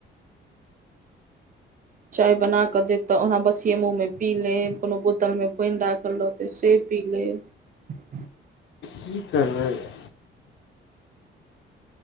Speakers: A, on the right (about 45°); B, on the left (about 70°).
A: चाय बना के देत त ओना बसीये मुँह मे पी लेब कोनो बोतल मे पानि राखल रहत तऽ से पी लेब
B: की करना य